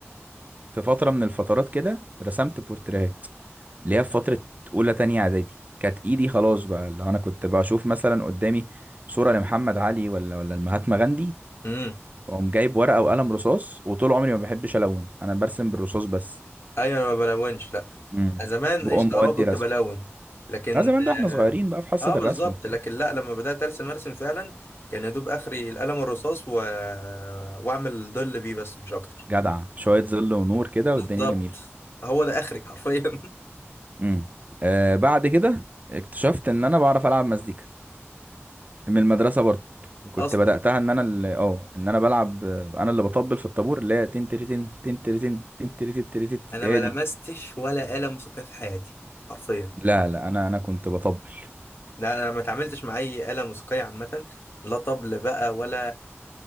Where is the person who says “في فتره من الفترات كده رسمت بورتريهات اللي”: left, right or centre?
Right